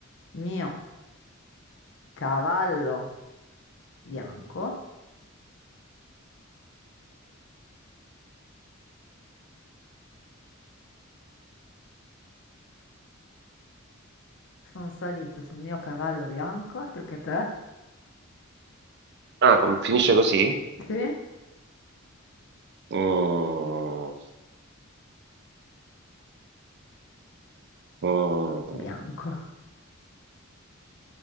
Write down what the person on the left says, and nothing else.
mio cavallo bianco. Sono salito sul mio cavallo bianco. Tu che te?
Sì,
bianco.